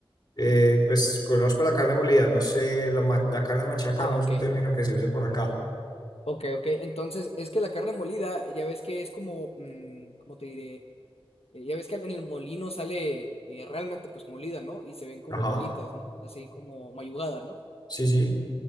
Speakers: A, on the left; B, on the left.
A: Eh, pues conozco la carne molida, no sé, la, ma- la carne machaca
B: Ah,
A: no
B: ok.
A: es un término que se use por acá.
B: Ok, ok. Entonces, es que la carne molida, ya ves que es como, mm, ¿cómo te diré? Eh, Ya ves que en el molino sale eh, realmente pues molida, ¿no? Y se ven como
A: Ajá.
B: bolitas, ¿no? Así como mayugada, ¿no?
A: Sí, sí.